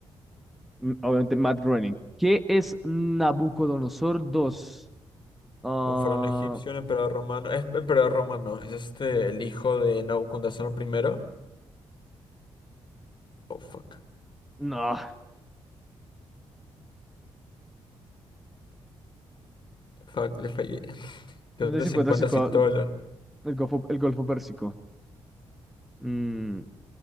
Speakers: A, in the centre; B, on the left.
A: Mm, Obviamente, Matt Groening. ¿Qué es Nabucodonosor dos Ah,
B: Un faraón egipcio, un emperador romano. Es emperador romano. Es este el hijo de Nabucodonosor primero. Oh, fuck.
A: No.
B: Fuck, le fallé. <laughs> ¿De
A: ¿Dónde
B: dónde
A: se
B: se
A: encuentra
B: encuentra
A: situado
B: Citóla?
A: el Golfo, el Golfo Pérsico? Mm,